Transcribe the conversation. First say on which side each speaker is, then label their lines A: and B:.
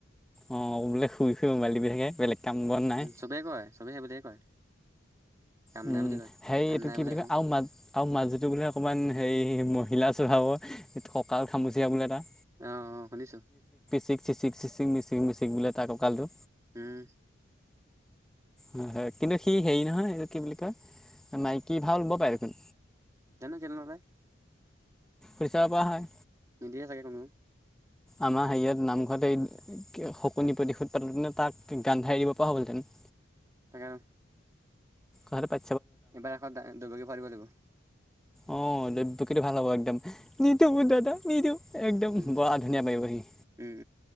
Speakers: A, in the centre; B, on the right.
A: অ বোলে শুই শুই মবাইল টিপি থাকে বেলেগ কাম বন নাই
B: উম চবেই কয় চবে সেইবুলিয়ে কয়। কাম
A: উম
B: নাই বুলি কয়।
A: হেৰি
B: কাম
A: এইটো
B: নাই
A: কি
B: বুলিলে
A: বুলি
B: একো
A: কয় আৰু মাজ আৰু মাজুলটো বোলে অকমান হেৰি মহিলা চভাবৰ কঁকাল খামুচিয়া বোলে এটা
B: আহ অ শুনিছো
A: চিকি কি মিক মিচিক বোলে তাক কঁকালটো
B: উম
A: হয় হয় কিন্তু সি হেৰি নহয় এই কি বুলি কয় মাইকী ভাল ও ব পাৰে দেখোন
B: জানো কেলে নাযায়
A: পইচা বা হয়।
B: নিদিয়ে চাগে কোনো
A: আমাৰ হেৰিয়াত নামঘতে শকুনি প্ৰতিশোধ পাতোতে তাক গান ধাৰ দিব পৰা হ'লতেন <inaudible>
B: তাকে
A: ঘৰ প
B: এবাৰ এখন দুবগী ফৰিব দাগিব
A: অ দে কিটো ভাল হ'ব একদম নদু দাদা নিদু একদম
B: উম
A: বৰা ধুনীয়া পাৰিব সি
B: উম